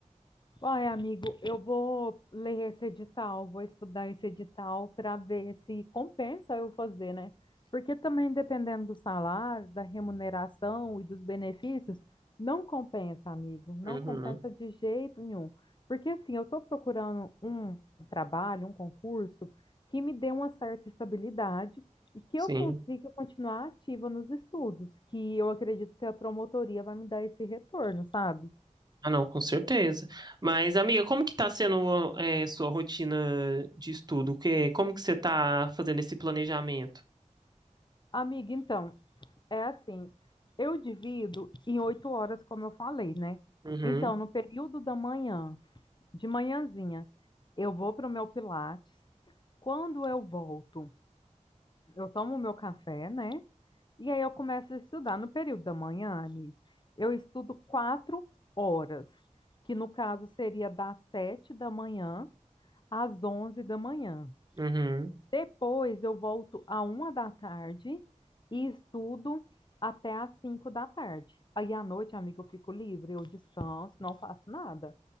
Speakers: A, on the left; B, on the right.
A: Ai, amigo, eu vou ler esse edital, vou estudar esse edital para ver se compensa eu fazer, né? Porque também dependendo do salário, da remuneração e dos benefícios, não compensa, amigo, não
B: Uhum,
A: compensa de jeito nenhum. Porque assim, eu estou procurando um trabalho, um concurso que me dê uma certa estabilidade e que
B: sim.
A: eu consiga continuar ativa nos estudos, que eu acredito que a promotoria vai me dar esse retorno, sabe?
B: Ah, não, com certeza. Mas, amiga, como que tá sendo é, sua rotina de estudo? Que, como que você tá fazendo esse planejamento?
A: Amiga, então, É assim, eu divido em oito horas, como eu falei, né?
B: Uhum,
A: Então, no período da manhã, de manhãzinha, eu vou para o meu Pilates. Quando eu volto, eu tomo o meu café, né? E aí eu começo a estudar. No período da manhã, amigo, eu estudo quatro horas, que no caso seria das sete da manhã às onze da manhã.
B: uhum.
A: Depois eu volto à uma da tarde e estudo até às cinco da tarde. Aí à noite, amiga, eu fico livre, eu descanso, não faço nada.